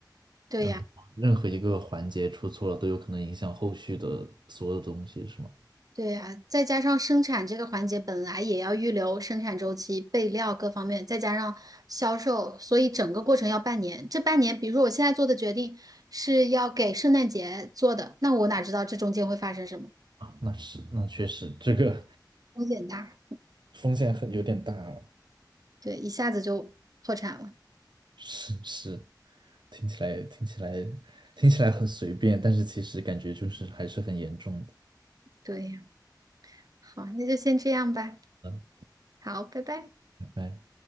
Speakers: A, on the right; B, on the right.
A: 对呀，
B: 然后任何一个环节出错了，都有可能影响后续的所有的东西，是吗？
A: 对呀，再加上生产这个环节本来也要预留生产周期、备料各方面，再加上销售，所以整个过程要半年。这半年，比如说我现在做的决定是要给圣诞节做的，那我哪知道这中间会发生什么？
B: 啊，那是，那确实，这个
A: 风险大，
B: <laughs> 风险很有点大了。
A: 对，一下子就破产了。
B: 是是，听起来听起来听起来很随便，但是其实感觉就是还是很严重的。
A: 对呀，好，那就先这样吧。
B: 嗯，
A: 好，拜拜。
B: 拜拜。